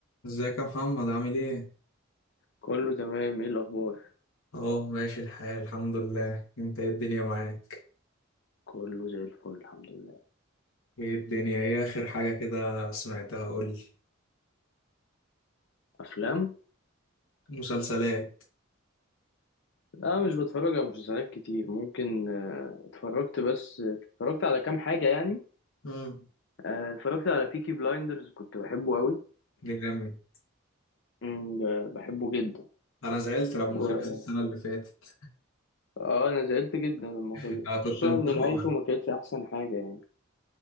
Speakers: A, on the left; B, on the left.
A: ازيك يا محمد عامل ايه؟
B: كله تمام ايه الاخبار
A: اه ماشي الحال الحمد لله انت ايه الدنيا معاك؟
B: كله زي الفل الحمد لله
A: ايه الدنيا ايه اخر حاجة كده سمعتها قولي
B: افلام
A: مسلسلات
B: لا مش بتفرج على مسلسلات كتير ممكن آه، اتفرجت بس اتفرجت على كام حاجه يعني
A: امم
B: آه، اتفرجت على بيكي بلايندرز كنت بحبه قوي
A: جامد
B: مم، ب- بحبه جدا
A: انا زعلت لما
B: و...
A: خلص السنة اللي فاتت
B: اه انا زعلت جدا لما
A: <laughs>
B: خلص
A: انا كنت
B: خصوصا
A: متابعه
B: ان نهايته ما كانتش احسن حاجه يعني